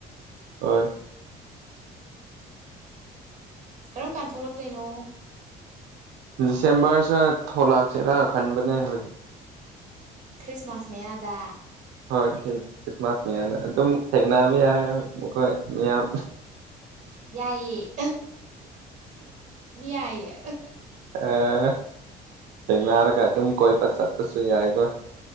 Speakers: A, on the right; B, on the right.
A: ꯍꯣꯏ
B: ꯀꯔꯝ ꯀꯥꯟ ꯊꯣꯛꯂꯛꯇꯣꯏꯅꯣ
A: ꯗꯤꯁꯦꯝꯕꯔꯁꯤ ꯊꯣꯛꯂꯛꯁꯤꯔꯥ ꯈꯟꯕꯅꯦ ꯍꯧꯖꯤꯛ
B: ꯈ꯭ꯔꯤꯁꯃꯥꯁ ꯃꯌꯥꯗ
A: ꯍꯣꯏ ꯈ꯭ꯔꯤꯁꯃꯥꯁ ꯃꯌꯥꯅ ꯑꯗꯨꯝ ꯊꯦꯡꯕ ꯌꯥꯏ ꯃꯈꯣꯏ ꯃꯤꯌꯥꯝ
B: ꯌꯥꯌꯦꯦ ꯌꯥꯏꯌꯦ
A: ꯑ ꯊꯟꯅꯔꯒ
B: ꯊꯣꯛ
A: ꯑꯗꯨ ꯀꯣꯏ ꯄ ꯆꯠꯄꯁꯨ ꯌꯥꯏꯒꯣ